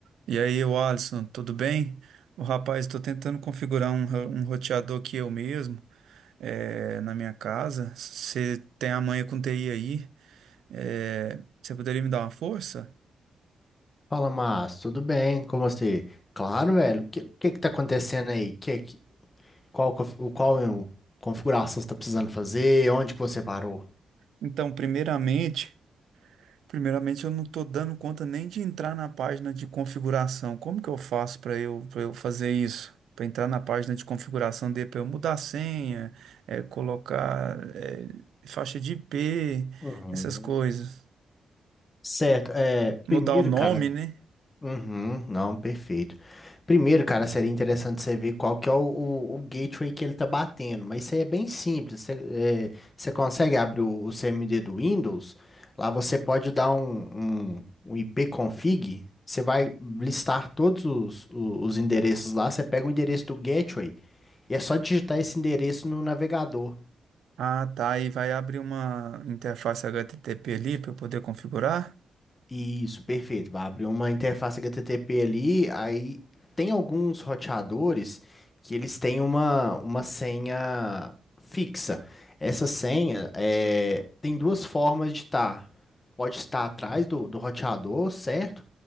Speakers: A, on the right (about 85°); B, on the left (about 25°).
A: E aí, o Alisson, tudo bem? O rapaz, estou tentando configurar um, ro- um roteador aqui eu mesmo, eh, na minha casa. Você tem a manha com TI aí, eh, você poderia me dar uma força?
B: Fala, Márcio, tudo bem? Como você? Claro, velho. O que, que que tá acontecendo aí? Que, que- qual conf- o- qual é o- configuração você tá precisando fazer? Onde que você parou?
A: Então, primeiramente, primeiramente eu não estou dando conta nem de entrar na página de configuração. Como que eu faço para eu, para eu fazer isso? Para entrar na página de configuração, de para eu mudar a senha, eh, colocar, eh, faixa de IP,
B: Uhum.
A: essas coisas.
B: Certo. É, primeiro,
A: Mudar o nome,
B: cara,
A: né?
B: Uhum, não, perfeito. Primeiro, cara, seria interessante você ver qual que é o, o, o gateway que ele tá batendo, mas isso aí é bem simples. Você, é, você consegue abrir o, o CMD do Windows, lá você pode dar um, um, um ipconfig, você vai listar todos os, o- os, endereços lá, você pega o endereço do gateway e é só digitar esse endereço no navegador.
A: Ah, tá. E vai abrir uma interface HTTP ali para eu poder configurar?
B: Isso, perfeito. Vai abrir uma interface HTTP ali, aí tem alguns roteadores que eles têm uma, uma senha fixa. Essa senha é, tem duas formas de estar. Pode estar atrás do, do roteador, certo?